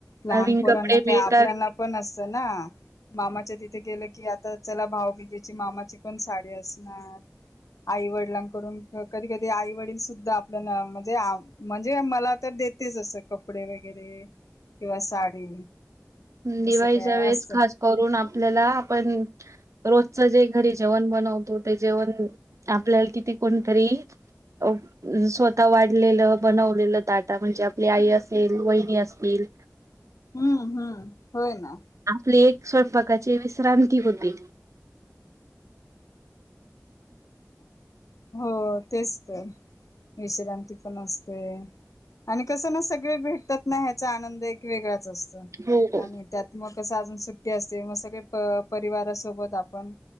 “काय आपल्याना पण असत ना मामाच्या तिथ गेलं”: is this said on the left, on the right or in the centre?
Left